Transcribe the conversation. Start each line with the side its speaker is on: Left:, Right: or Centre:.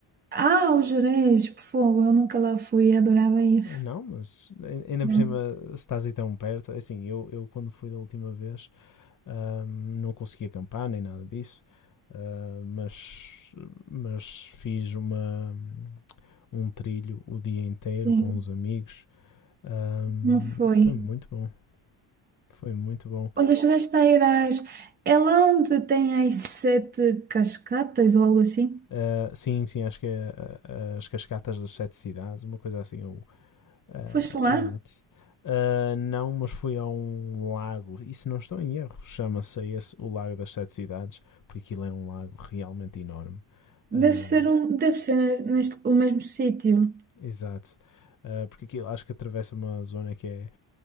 Right: Ah, o Jerez, por fogo, eu nunca lá fui, adorava ir.
Left: Ah,
Right: <laughs>
Left: Não, mas ai- ainda
Right: Não,
Left: por cima se estás aí tão perto. É assim, eu, eu quando fui da última vez ahm, não consegui acampar nem nada disso. Ah, mas, mas fiz uma, um trilho o dia inteiro
Right: sim,
Left: com os amigos. Ahm,
Right: não foi.
Left: foi muito bom. Foi muito bom.
Right: Olha, chegaste a ir às... É lá onde tem as sete cascatas ou algo assim?
Left: Ah, sim, sim, acho que é ah, as Cascatas das Sete Cidades, uma coisa assim. Ou, ah,
Right: Foste lá?
Left: exato. Ah, não, mas fui a um lago, e se não estou em erro, chama-se esse o Lago das Sete Cidades, porque aquilo é um lago realmente enorme.
Right: Deve
Left: Ah,
Right: ser, um, deve ser ne- neste, o mesmo sítio.
Left: exato. Ah, porque aquilo acho que atravessa uma zona que é